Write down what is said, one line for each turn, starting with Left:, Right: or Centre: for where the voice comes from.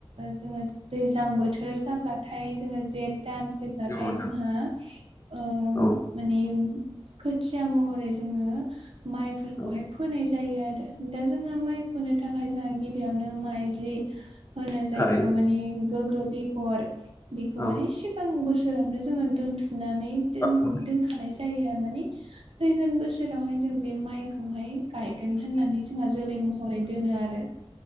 Right: जोङो दैज्लां बोथोर जाब्लाथाय जोङो जेथ दान फैब्लाथाय
Left: नंगौ नोंथां
Right: जोंहा ओम
Left: औ
Right: माने खोथिया महरै जोङो माइफोरखौहाय
Left: औ
Right: फोनाय जायो आरो दा जोंहा माइ फोनो थाखाय जोंहा गिबियावनो माइज्लि होनो जायखौ
Left: थारैनो
Right: माने गोग्गो बेगर बेखौ
Left: औ
Right: माने सि गां बोसोरावनो जोङो दोनथुमनानै दोन
Left: औ
Right: दोनखानाय जायो माने फैगोन बो सोरावहाय जों बे माइखौहाय गायगोन होननानै जोंहा जोलै महरै दोनो आरो